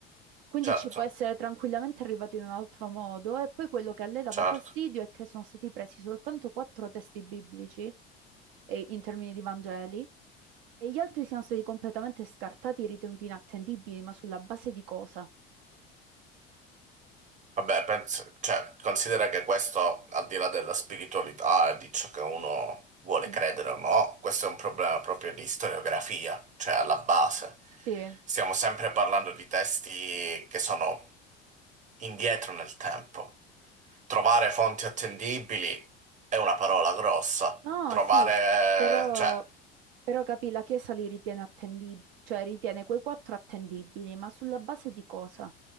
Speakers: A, on the right; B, on the right.
A: Quindi
B: certo,
A: ci può essere tranquillamente arrivato in un altro modo e poi quello che a lei dava
B: certo.
A: fastidio è che sono stati presi soltanto quattro testi biblici e- in termini di Vangeli e gli altri siano stati completamente scartati, ritenuti inattendibili, ma sulla base di cosa?
B: Vabbè, penso- cioè, considera che questo, al di là della spiritualità e di ciò che uno vuole
A: Sì.
B: credere o no, questo è un problema proprio di storiografia, cioè alla base.
A: Sì.
B: Stiamo sempre parlando di testi che sono indietro nel tempo. Trovare fonti attendibili è una parola grossa.
A: No,
B: Trovare,
A: sì, però,
B: cioè.
A: però capì, la Chiesa li ritiene attendibili, cioè ritiene quei quattro attendibili, ma sulla base di cosa?